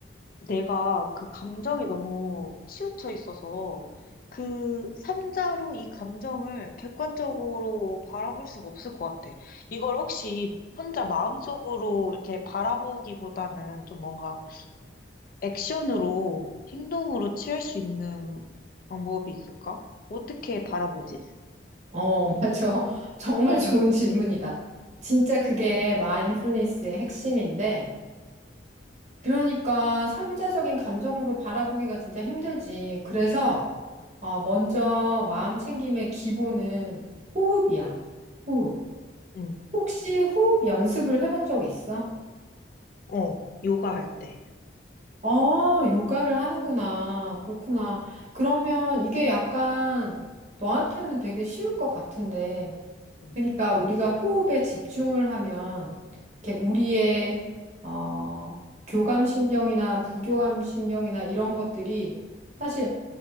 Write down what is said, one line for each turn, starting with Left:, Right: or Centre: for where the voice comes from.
Left: 내가 그 감정이 너무 치우쳐 있어서 그 삼자로 이 감정을 객관적으로 바라볼 수가 없을 것 같아. 이걸 혹시 혼자 마음속으로 이렇게 바라보기보다는 좀 뭔가 액션으로 행동으로 취할 수 있는 방법이 있을까? 어떻게 바라보지?
Right: 어, <laughs> 맞아. 정말 좋은 질문이다. 진짜 그게 마인드풀니스의 핵심인데, 그러니까 삼자적인 감정으로 바라보기가 진짜 힘들지. 그래서 어, 먼저 마음 챙김의 기본은 호흡이야. 호흡.
Left: 응,
Right: 혹시 호흡 연습을 해본 적 있어?
Left: 어, 요가 할 때.
Right: 어, 요가를 하는구나. 그렇구나. 그러면 이게 약간 너한테는 되게 쉬울 것 같은데,
Left: 응.
Right: 그러니까 우리가 호흡에 집중을 하면 이렇게 우리의 어, 교감신경이나 부교감신경이나 이런 것들이 사실